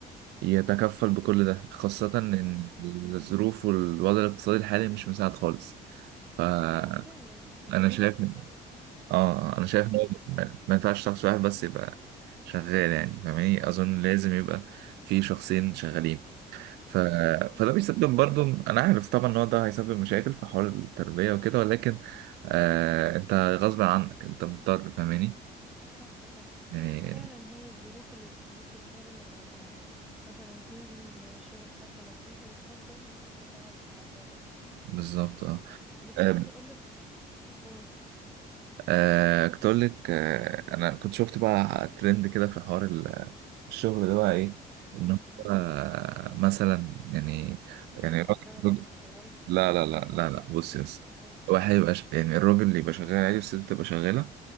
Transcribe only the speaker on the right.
يتكفل بكل ده خاصه ان
الظروف والوضع الاقتصادي الحالي مش مساعد خالص فانا
شايف
اه انا شايف
ان هو
ما ما ينفعش شخص واحد بس يبقى شغال يعني فاهماني اظن
لازم يبقى في شخصين شغالين ف...
فده بيسبب
برضو انا عارف طبعا ان هو ده هيسبب مشاكل في حوار التربية وكده ولكن آه انت غصب عنك انت مضطر فاهماني
يعني
بالظبط اه
آه،
آه، كنت اقول لك آه، انا كنت شفت بقى ترند كده في حوار ال- الشغل ده بقى ايه ان
هو آه، مثلا يعني
يعني الراجل-
لا
لا
لا
لا لا بصي بس
واحد يبقى ش- يعني الراجل اللي يبقى شغال عادي والست تبقى شغالة